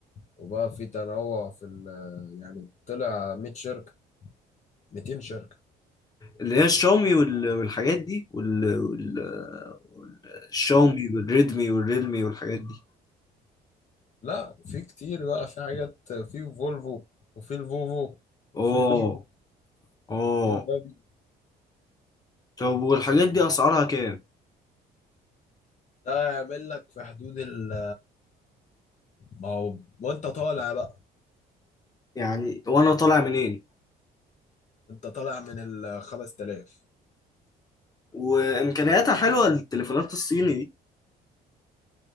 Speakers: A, on the left; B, on the left.
A: وبقى في تنوع في ال يعني طلع 100 شركة 200 شركة
B: اللي هي الشاومي وال- والحاجات دي وال... وال... والشاومي
A: اه
B: والريدمي والريلمي والحاجات دي
A: لا في كتير بقى في حاجات في فولفو وفي الفوفو وفي
B: اه
A: الفيفو
B: اه
A: في البابي
B: طب والحاجات دي اسعارها كام
A: ده يعمل لك في حدود ال ما هو وانت طالع بقى
B: يعني وانا طالع منين
A: انت طالع من ال 5000
B: وامكانياتها حلوة التليفونات الصيني دي